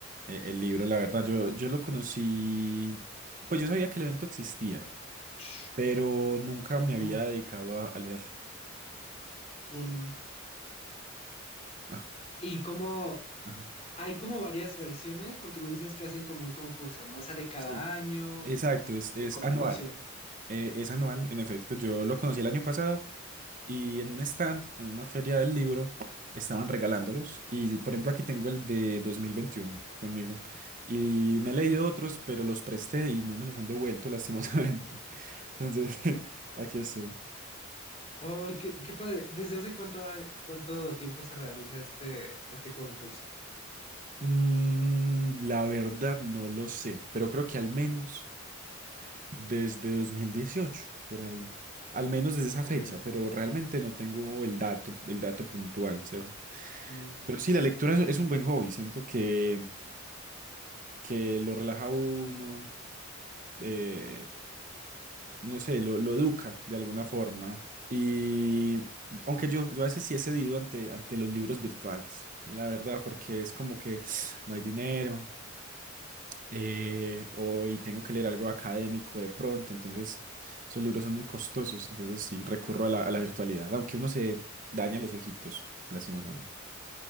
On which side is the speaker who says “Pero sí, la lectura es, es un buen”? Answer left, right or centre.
Right